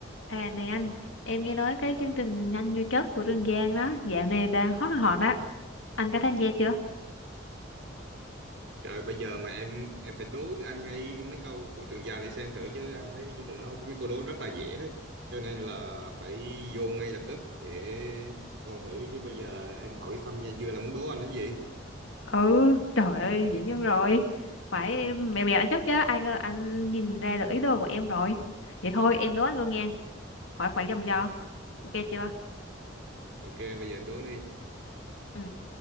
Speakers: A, on the left (about 80°); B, on the right (about 65°).
A: À này anh, em nghe nói cái chương trình Nhanh như chớp của Trường Giang đó, dạo này đang hot là hot đó. Anh có tham gia chưa?
B: Trời bây giờ mà em em phải đố anh ngay mấy câu của Trường Giang này xem thử chứ anh thấy cái chương trình đó có mấy câu đố rất là dễ đấy. Cho nên là phải vô ngay lập tức để coi thử chứ bây giờ em hỏi thăm nha chưa là muốn đố anh cái gì.
A: ừ trời ơi dĩ nhiên rồi phải mèo mèo anh chắc chứ ai ngờ anh nhìn ra được ý đồ của em rồi vậy thôi em đố anh luôn nha hỏi phải vòng vo ok chưa
B: Ok bây giờ em đố đi.
A: Ừ,